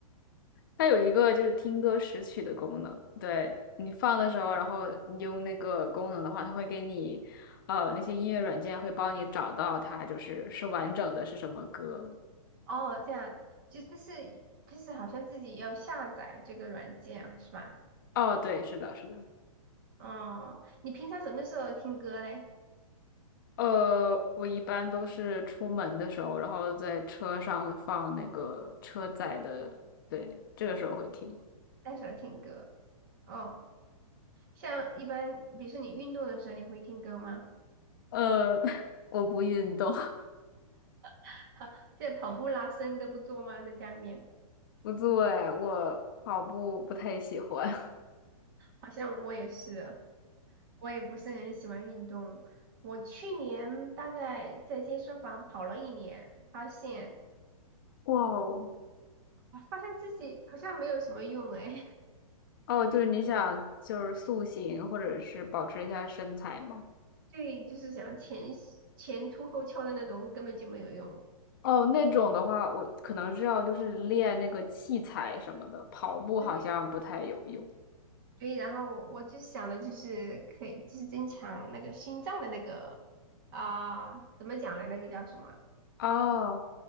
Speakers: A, on the left; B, on the right.
A: 它有一个就是听歌识曲的功能，对你放的时候，然后你用那个功能的话，它会给你，呃，那些音乐软件会帮你找到它，就是是完整的是什么歌。
B: 哦，这样，就但是就是好像自己要下载这个软件啊，是吧？
A: 哦，对，是的，是的。
B: 哦，你平常什么时候听歌嘞？
A: 呃，我一般都是出门的时候，然后在车上会放那个车载的，对，这个时候会听。
B: 那时候听歌？哦，像一般，比如说你运动的时候，你会听歌吗？
A: 呃，<laughs> 我不运动，
B: <laughs> 哈，这跑步、拉伸都不做吗？在家里面，
A: <laughs> 不对，哎我跑步不太喜欢。<laughs>
B: 好像我也是。我也不是很喜欢运动。我去年大概在健身房跑了一年，发现
A: 哇哦！
B: 啊发现自己好像没有什么用哎，
A: 哦，就是你想就是塑形或者是保持一下身材吗？
B: <laughs> 对，就是想前前凸后翘的那种根本就没有用。
A: 哦，那种的话，我可能是要就是练那个器材什么的，跑步好像不太有用。
B: 对，对，然后我我就想的就是可以，就是增强那个心脏的那个啊、怎么讲呢？那个叫什么？
A: 哦，